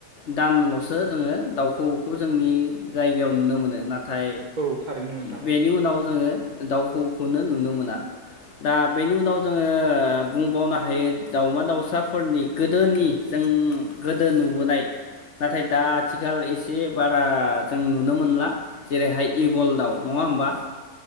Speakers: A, on the left (about 60°); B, on the right (about 70°).
A: दानल'सो जोङो दाउखौखौ जोंनि जायगायाव नुनो मोनो नाथाय
B: औ थारैनो नोंथां
A: बेनि उनाव जोङो दाउखौवौखौनो नुनो मोना दा बेनि उनाव जोङो बुंबावनो हायो दाावमा दाउसाफोरनि गोदोनि जाय गोदो नुबोनाय नाथाय द आथिखाल आथिखाल एसे बारा जों नुनो मोनला जेरैहाय इगल दााव नङा होमबा <inaudible>